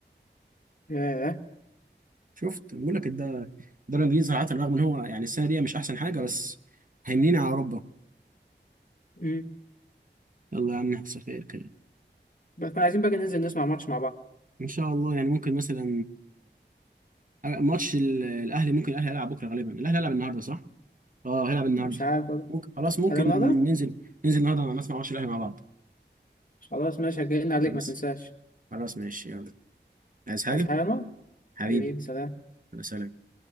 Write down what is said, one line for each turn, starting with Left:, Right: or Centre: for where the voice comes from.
Left: ياه
Right: شفت بقول لك ده الدوري الانجليزي صراحه رغم ان هو يعني السنه دي مش احسن حاجه بس هيمنين على اوروبا
Left: مم.
Right: يلا يا عم نحصل خير كده
Left: بس كنا عايزين بقى ننزل نسمع ماتش مع بعض
Right: ان شاء الله يعني ممكن مثلا آه، آه، ماتش ال- الاهلي ممكن الاهلي هيلعب بكره غالبا الاهلي هيلعب النهارده صح اه هيلعب النهارده
Left: مش عارف والله
Right: ممكن خلاص ممكن
Left: هذا من هذا
Right: ننزل ننزل النهارده مع الناس مع ماتش الاهلي مع بعض
Left: خلاص ماشي هجينا عليك
Right: خلاص
Left: ما تنساش
Right: خلاص ماشي يلا عايز حاجه
Left: عايز حاجة يا أنور؟
Right: حبيبي
Left: حبيبي سلام
Right: يلا سلام